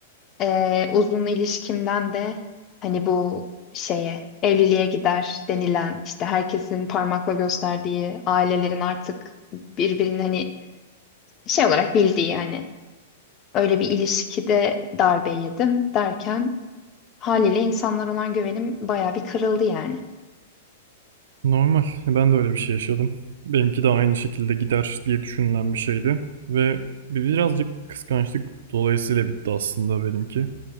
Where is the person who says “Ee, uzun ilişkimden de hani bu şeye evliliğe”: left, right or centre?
Left